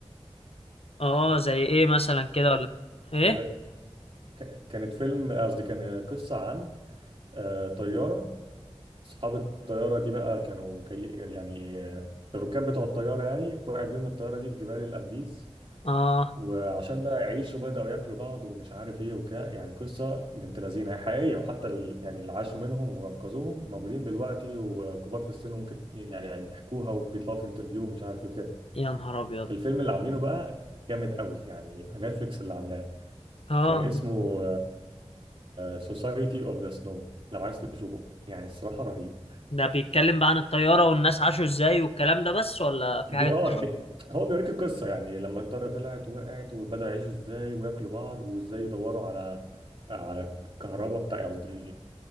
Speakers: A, on the left; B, on the right.
A: اه زي ايه مثلا كده ولا ايه
B: ل- ك- كانت فيلم قصدي كان قصه عن آه، طياره اصحاب الطياره دي بقى كانوا جاي يعني آه، الركاب بتوع الطياره يعني وقعت بيهم الطياره دي في جبال الانديز
A: اه
B: وعشان بقى يعيشوا بداوا ياكلوا بعض ومش عارف ايه وكده يعني قصه بنت لذينه هي حقيقيه وحتى ال- يعني اللي عاشوا منهم وانقذوهم موجودين دلوقتي وكبار في السن وممكن يعني بيحكوها وبيطلعوا في انترفيو ومش عارف ايه وكده
A: يا نهار ابيض
B: الفيلم اللي عاملينه بقى جامد قوي يعني نتفليكس اللي عاملاه
A: اه
B: كان اسمه سوسايتي اوف ذا سنو لو عايز تشوفه يعني الصراحة رهيب
A: ده بيتكلم بقى عن الطيارة والناس عاشوا ازاي والكلام ده بس ولا
B: بي
A: في حاجة
B: اه
A: تانية؟
B: بي هو بيوريك القصة يعني لما الطيارة طلعت وقعت وبدأوا يعيشوا ازاي وياكلوا بعض وازاي يدوروا على على الكهرباء بتاع قصدي